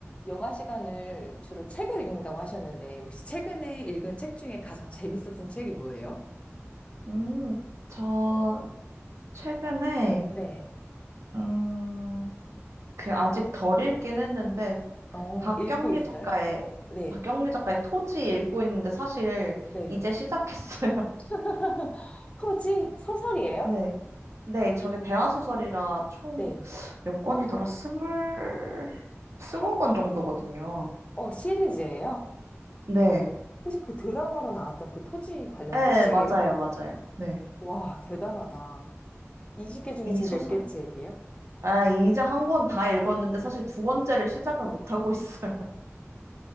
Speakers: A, on the left (about 25°); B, on the right (about 70°).
A: 여가 시간을 주로 책을 읽는다고 하셨는데, 혹시 최근에 읽은 책 중에 가장 재밌었던 책이 뭐예요?
B: 음, 저 최근에
A: 네.
B: 음, 그 아직 덜 읽긴 했는데
A: 어,
B: 박경리
A: 읽고 있어요?
B: 작가의
A: 네.
B: 박경리 작가의 토지 읽고 있는데 사실
A: 네.
B: 이제 시작했어요. <laughs>
A: <laughs> 토지 소설이에요?
B: 네. 네, 저게 대하소설이라 총
A: 네.
B: 몇 권이더라? 스물 스무
A: 헉,
B: 권 정도거든요.
A: 어, 시리즈예요?
B: 네.
A: 혹시 그 드라마로 나왔던 그 토지 관련된
B: 네,
A: 책이에요?
B: 맞아요, 맞아요. 네.
A: 와, 대단하다. 20개 중에
B: 이
A: 지금
B: 소설이.
A: 몇 개 책이에요?
B: 아, 이제 한 권 다 읽었는데 사실 두 권째를 시작을 못 하고 있어요.